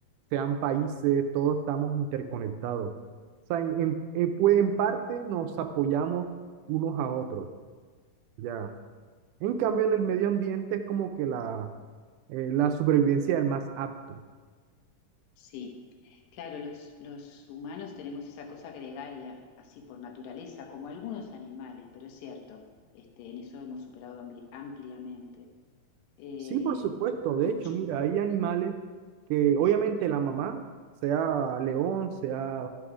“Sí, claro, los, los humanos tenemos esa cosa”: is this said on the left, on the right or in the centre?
Left